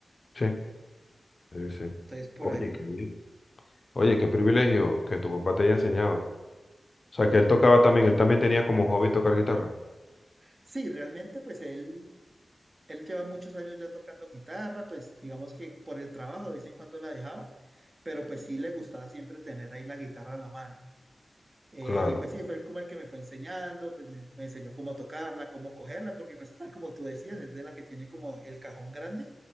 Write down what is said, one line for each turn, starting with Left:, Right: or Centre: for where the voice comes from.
Left: sí, sí, sí.
Right: entonces por
Left: Oye,
Right: ahí.
Left: qué bien. Oye, qué privilegio que tu papá te haya enseñado. O sea, que él tocaba también, él también tenía como hobby tocar guitarra.
Right: Sí, realmente pues él, él lleva muchos años ya tocando guitarra, pues digamos que por el trabajo de vez en cuando la dejaba pero pues sí le gustaba siempre tener ahí la guitarra a la mano. Eh,
Left: Claro,
Right: y pues sí, fue él como el que me fue enseñando, pues me, me enseñó cómo tocarla, cómo cogerla, porque pues tal como tú decías, es de la que tiene como el cajón grande.